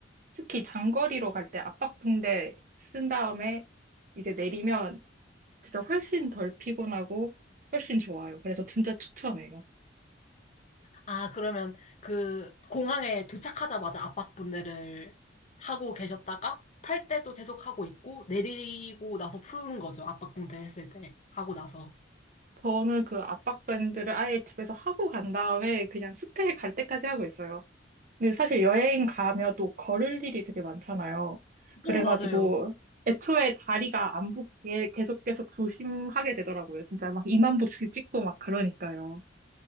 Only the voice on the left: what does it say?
아, 그러면 그 공항에 도착하자마자 압박분대를 하고 계셨다가 탈 때도 계속 하고 있고 내리고 나서 푸는 거죠. 압박분대 했을 때 하고 나서.
오, 맞아요.